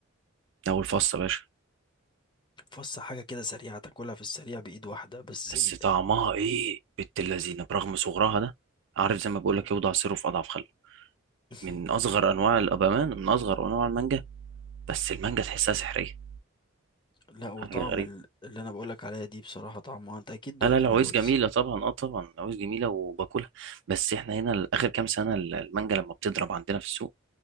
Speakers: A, on the right (about 60°); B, on the left (about 20°).
A: ده اول فص يا باشا
B: فص حاجة كده سريعة تاكلها في السريع بإيد واحدة بس
A: بس
B: ال...
A: طعمها ايه بنت اللذينه برغم صغرها ده عارف زي ما بقول لك يوضع سره في اضعف خلقه
B: <laughs>
A: من اصغر انواع الابامان من اصغر انواع المانجا بس المانجا تحسها سحريه
B: لا وطعم
A: حاجه غريبه
B: ال- اللي أنا بقولك عليها دي بصراحة طعمها أنت أكيد دقت
A: لا لا العويس
B: العويس
A: جميلة طبعا اه طبعا العويس جميلة وباكلها بس احنا هنا آخر كام سنة ال- المانجا لما بتضرب عندنا في السوق